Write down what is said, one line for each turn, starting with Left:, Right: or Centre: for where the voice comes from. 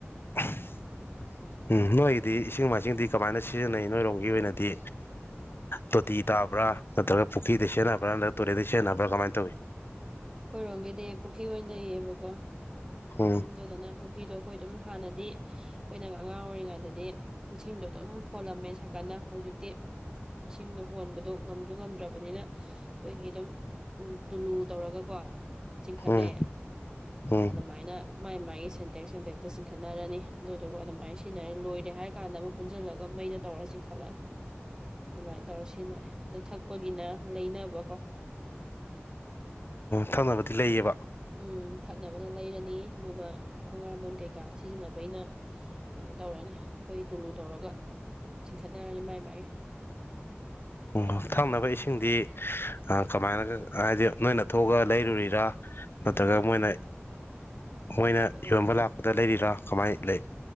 Left: <unintelligible> <inaudible> ꯎꯝ ꯅꯣꯏꯒꯤꯗꯤ ꯏꯁꯤꯡ ꯃꯥꯏꯁꯤꯡꯗꯤ ꯀꯃꯥꯏꯅ ꯁꯤꯖꯤꯟꯅꯩ ꯅꯣꯏꯔꯣꯝꯒꯤ ꯑꯣꯏꯅꯗꯤ ꯇꯣꯇꯤ ꯇꯥꯕ꯭ꯔꯥ ꯅꯠꯇ꯭ꯔꯒ ꯄꯨꯈ꯭ꯔꯤꯗ ꯁꯦꯟꯅꯕ꯭ꯔꯥ ꯅꯠꯇ꯭ꯔꯒ ꯇꯨꯔꯦꯗ ꯁꯖꯤꯟꯅꯕ꯭ꯔꯥ ꯀꯃꯥꯏꯅ ꯇꯧꯏꯤ
Right: ꯈꯔꯣꯝꯒꯤꯗꯤ ꯄꯨꯈ꯭ꯔꯤ ꯑꯣꯏꯅ ꯂꯩꯌꯦꯕꯀꯣ
Left: ꯎꯝ
Right: ꯑꯗꯨꯗꯅ ꯄꯨꯈ꯭ꯔꯤꯗꯣ ꯑꯩꯈꯣꯏ ꯑꯗꯨꯝ ꯍꯥꯟꯅꯗꯤ ꯑꯩꯈꯣꯏꯅ ꯑꯉꯥꯡ ꯑꯣꯏꯔꯤꯉꯩꯗꯗꯤ ꯏꯁꯤꯡꯗꯣ ꯑꯗꯨꯝ ꯍꯣꯜꯂꯝꯃꯦ ꯁꯀꯅ ꯍꯧꯖꯤꯛꯇꯤ ꯏꯁꯤꯡꯅ ꯍꯣꯟꯕꯗꯣ ꯉꯝꯁꯨ ꯉꯝꯗ꯭ꯔꯕꯅꯤꯅ ꯑꯩꯈꯣꯏꯒꯤ ꯑꯗꯨꯝ ꯇꯨꯂꯨ ꯇꯧꯔꯒꯀꯣ ꯆꯤꯡꯈꯠꯂꯦ
Left: ꯎꯝ ꯎꯝ
Right: ꯑꯗꯨꯃꯥꯏꯅ ꯃꯥꯏ ꯃꯥꯥꯏꯒꯤ ꯁꯦꯟꯇꯦꯛ ꯁꯦꯟꯇꯦꯛꯁꯛꯇ ꯆꯤꯡꯈꯠꯅꯔꯅꯤ ꯑꯗꯨꯗꯨꯒ ꯑꯗꯨꯃꯥꯏꯅ ꯁꯤꯖꯤꯟꯅꯔꯦ ꯂꯣꯏꯔꯦ ꯍꯥꯏꯔ ꯀꯥꯟꯗ ꯑꯃꯨꯛ ꯄꯨꯟꯁꯤꯜꯂꯒ ꯃꯩꯅ ꯇꯧꯔ ꯆꯤꯡꯈꯠꯂꯅꯤ ꯑꯗꯨꯃꯥꯏꯅ ꯇꯧꯔ ꯁꯤꯖꯤꯟꯅ ꯑꯗꯩ ꯊꯛꯄꯒꯤꯅ ꯂꯩꯅꯕꯀꯣ
Left: ꯊꯛꯅꯕꯗꯤ ꯂꯩꯌꯦꯕ
Right: ꯎꯝ ꯊꯛꯅꯕꯅ ꯂꯩꯔꯅꯤ ꯑꯗꯨꯒ ꯈꯣꯡꯉꯝꯕꯣꯟ ꯀꯩꯀꯥ ꯁꯤꯖꯤꯟꯅꯕꯩꯅ ꯀꯩꯅꯣ ꯇꯧꯔꯅꯤ ꯑꯩꯈꯣꯏ ꯇꯨꯂꯨ ꯇꯧꯔꯒ ꯆꯤꯡꯈꯠꯅꯔꯅꯤ ꯃꯥꯏ ꯃꯥꯏ
Left: ꯑꯣ ꯊꯛꯅꯕ ꯏꯁꯤꯡꯗꯤ ꯀꯃꯥꯏꯅꯒ ꯍꯥꯏꯗꯤ ꯅꯣꯏꯅ ꯊꯣꯛꯑꯒ ꯂꯩꯔꯨꯔꯤꯔꯥ ꯅꯠꯇ꯭ꯔꯒ
Right: ꯎꯝꯍꯨꯝ
Left: ꯃꯣꯏꯅ ꯃꯣꯏꯅ
Right: ꯀꯩꯅꯣ
Left: ꯌꯣꯟꯕ ꯂꯥꯛꯄꯗ ꯂꯩꯔꯤꯔꯥ ꯀꯃꯥꯏꯅ ꯂꯩ